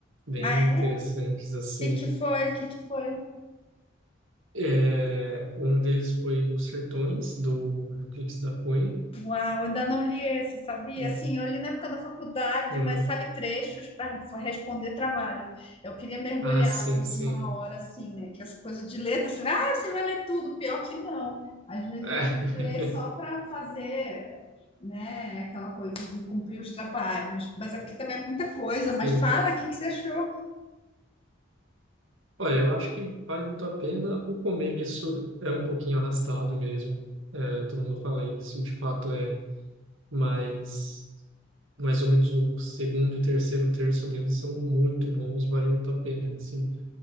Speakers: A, on the right; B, on the left.
A: bem
B: Ah,
A: interessantes
B: é? O
A: assim.
B: que que foi? O que que foi?
A: Eh, eh, um deles foi Os Sertões, do Euclides da Cunha.
B: Uau, ainda não li esse, sabia?
A: Eh,
B: Assim, eu li na época da faculdade,
A: uhum.
B: mas sabe, trechos para responder trabalho. Eu queria mergulhar
A: Ah, sim,
B: uma
A: sim.
B: hora assim, né? Que essa coisa de letra, você vai, ah, você vai ler tudo, pior que não. Às vezes
A: <laughs>
B: a gente lê só para fazer, né, aquela coisa de cumprir os trabalhos, mas é porque também é muita coisa.
A: Sim.
B: Mas fala, o que que você achou?
A: Olha, eu acho que vale muito a pena. O começo é um pouquinho arrastado mesmo. É, todo mundo fala isso, de fato é, mas mais ou menos o segundo e terceiro terço deles são muito bons, vale muito a pena, assim.